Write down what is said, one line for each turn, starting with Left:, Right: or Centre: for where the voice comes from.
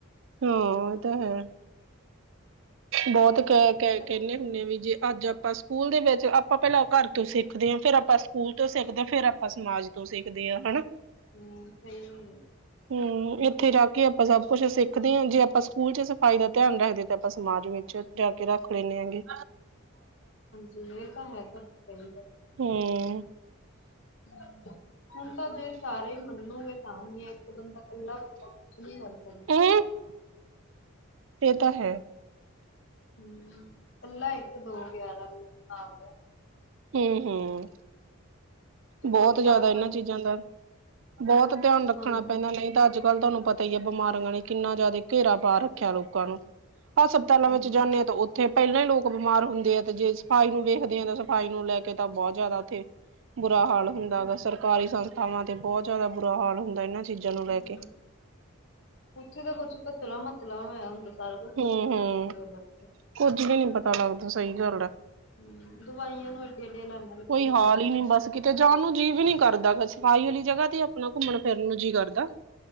Right: ਹਾਂ ਇਹ ਤਾਂ ਹੈ।
Left: ਹੂੰ
Right: ਬੋਤ ਕਹਿ ਕਹਿ ਕਹਿਨੇ ਹੁੰਨੇ ਵੀ ਜੇ ਅੱਜ ਆਪਾਂ ਸਕੂਲ ਦੇ ਵਿੱਚ ਆਪਾਂ ਪਹਿਲਾਂ ਘਰ ਤੋਂ ਸਿੱਖਦੇ ਆ, ਫੇਰ ਆਪਾਂ ਸਕੂਲ ਤੋਂ ਸਿੱਖਦੇ ਆ, ਫੇਰ ਆ ਪਾਂ ਸਮਾਜ ਤੋਂ ਸਿੱਖਦੇ ਆ ਹਨਾ।
Left: ਹੂੰ, ਸਈ ਗੱਲ ਏ।
Right: ਹੂੰ, ਇੱਥੇ ਜਾ ਕੇ ਆਪਾਂ ਸਭ ਕੁਛ ਸਿੱਖਦੇ ਆ ਜੇ ਆਪਾਂ ਸਕੂਲ ਚ ਸਫ਼ਾਈ ਦਾ ਧਿਆਨ ਰੱਖਦੇ ਤਾਂ ਆਪਾਂ ਸਮਾਜ ਵਿੱਚ ਜਾ ਕੇ ਰੱਖ ਲੈਂਨੇ ਆਗੇ।
Left: ਜੀ ਇਹ ਤਾਂ ਹੈ ਤਾਂ ਸਈ ਗੱਲ
Right: ਹੂੰ। ਹੂੰ।
Left: ਹੂੰ। ਹੁਣ ਤਾਂ ਜੇ ਸਾਰੇ ਮੰਨੋਗੇ ਤਾਂ ਹੀ ਏ ਇੱਕ ਬੰਦਾ, ਕੱਲਾ ਬੰਦਾ ਕੁਛ ਨੀ ਕਰ ਸਕ
Right: ਹੂੰ, ਏਹ ਤਾਂ ਹੈ।
Left: ਹੂੰ, ਕੱਲਾ ਇੱਕ-ਦੋ ਗਿਆਰਾਂ ਆ ਗਿਆ।
Right: ਹੂੰ-ਹੂੰ,
Left: ਜੇ
Right: ਬੋਅਤ
Left: ਕੋਈ
Right: ਜ਼ਿਆਦਾ
Left: ਚਾਰ
Right: ਇਹਨਾਂ
Left: ਪੰਜ
Right: ਚੀਜ਼ਾਂ ਦਾ ਬੋਤ ਧਿਆਨ ਰੱਖਣਾ
Left: ਹਾਂਜੀ
Right: ਪੈਂਦਾ ਨਈ ਤਾਂ, ਅੱਜ-ਕੱਲ੍ਹ ਤੁਹਨੂੰ ਪਤਾ ਈ ਏ, ਬਿਮਾਰੀਆਂ ਨੇ ਕਿੰਨਾ ਜ਼ਿਆਦਾ ਘੇਰਾ ਪਾ ਰੱਖਿਆ ਲੋਕਾਂ ਨੂੰ। ਹਸਪਤਾਲਾਂ
Left: ਹਾਂਜੀ
Right: ਵਿੱਚ ਜਾਂਨੇ ਆ ਤਾਂ ਉੱਥੇ ਪਹਿਲਾਂ ਈ ਲੋਕ ਬਿਮਾਰ ਹੁੰਦੇ ਆ 'ਤੇ ਜੇ ਸਫ਼ਾਈ ਨੂੰ ਵੇਖਦੇ ਆ ਤਾਂ ਸਬ ਸਫ਼ਾਈ ਨੂੰ ਲੈ ਕੇ ਤਾਂ ਬਹੁਤ ਜ਼ਿਆਦਾ ਉਥੇ ਬੁਰਾ ਹਾਲ ਹੁੰਦਾ
Left: ਹਮ
Right: ਹੈਗਾ ਸਰ ਕਾਰੀ ਸੰਸਥਾਵਾਂ ਤੇ ਬਹੁਤ ਜ਼ਿਆਦਾ ਬੁਰਾ ਹਾਲ ਹੁੰਦਾ ਇਹਨਾਂ ਚੀਜ਼ਾਂ ਨੂੰ ਲੈ
Left: ਹੂੰ,
Right: ਕੇ
Left: ਉੱਥੇ ਤਾਂ ਕੁਛ ਕਚਲਾ-ਮਚਲਾ ਹੋਇਆ ਹੁੰਦਾ ਸਾਰਾ ਕੁ ਕੁਛ
Right: ਹੂੰ
Left: ਨੀ
Right: ਹੂੰ
Left: ਪਤਾ ਲੱਗਦਾ ਉਥੇ।
Right: ਕੁੱਝ ਵੀ ਨੀ ਪਤਾ ਲੱਗਦਾ ਸਈ ਗੱਲ ਐ।
Left: ਹੂੰ, ਦਵਾਈਆਂ ਨੂੰ ਏਡੇ-ਏਡੇ ਲੇਨਾ ਲੱਗੀਆ
Right: ਕੋਈ
Left: ਹੁੰਦੀਆਂ।
Right: ਹਾਲ ਹੀ ਨੀ ਬਸ ਕਿਤੇ ਜਾਣ ਨੂੰ ਜੀਅ ਵੀ ਨੀ ਕਰਦਾ ਸਫ਼ਾਈ ਆਲੀ ਜਗ੍ਹਾ ਤੇ ਆਪਣਾ ਘੁੰਮਣ-ਫਿਰਨ ਨੂੰ ਜੀਅ ਕਰਦਾ।